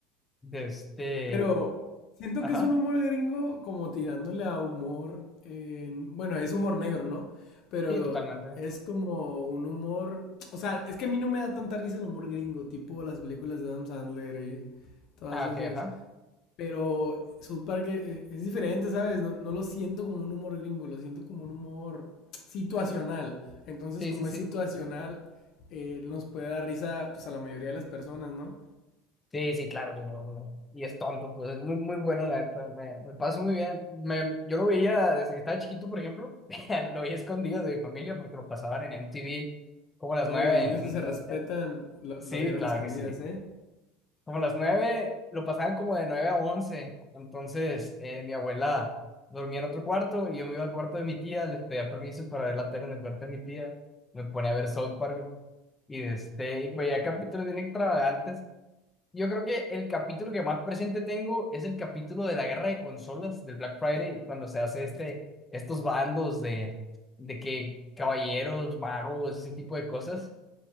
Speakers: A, on the left; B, on the left.
A: de este,
B: Pero siento
A: ajá,
B: que es un humor gringo como tirándole a humor, en- bueno, es humor negro, ¿no? Pero
A: sí, totalmente.
B: es como un humor, o sea, es que a mí no me da tanta risa el humor gringo, tipo las películas de Adam Sandler y todas
A: Ah,
B: esas.
A: ok, ajá.
B: Pero South Park eh, es diferente, ¿sabes? No, no lo siento como un humor gringo, lo siento como un humor situacional. Entonces,
A: Sí,
B: como
A: sí, sí.
B: es situacional, eh, nos puede dar risa pues a la mayoría de las personas, ¿no?
A: Sí, sí, claro que no, no. Y es tonto, pues es muy, muy bueno, la neta. Me, me paso muy bien. Me, yo lo veía desde que estaba chiquito, por ejemplo. <laughs> Lo veía escondido de mi familia porque lo pasaban en MTV como a las
B: Todos
A: nueve.
B: los niños
A: ento-
B: que se respetan
A: eh,
B: lo, lo
A: sí,
B: vieron
A: claro
B: a escondidas,
A: que sí.
B: ¿eh?
A: Como a las nueve, lo pasaban como de nueve a once. Entonces, eh, mi abuela dormía en otro cuarto y yo me iba al cuarto de mi tía. Les pedía permiso para ver la tele en el cuarto de mi tía. Me ponía a ver South Park. güey. Y, de este, y pues ya capítulos bien extravagantes. Yo creo que el capítulo que más presente tengo es el capítulo de la guerra de consolas del Black Friday, cuando se hace este, estos bandos de, de que caballeros, magos, ese tipo de cosas.